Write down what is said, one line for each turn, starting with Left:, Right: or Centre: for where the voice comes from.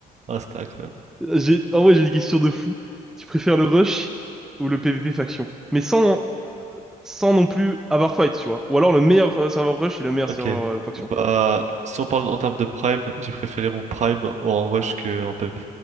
Right: Ah, c'était incroyable.
Centre: J'ai, en vrai, j'ai des questions de fou. Tu préfères le rush ou le PvP faction? Mais sans, sans non plus avoir fight, tu vois. Ou alors le meilleur euh, serveur rush et le meilleur
Right: Ok.
Centre: serveur euh, faction.
Right: Bah, si on parle en termes de prime, j'ai préféré mon prime en rush qu'en PvP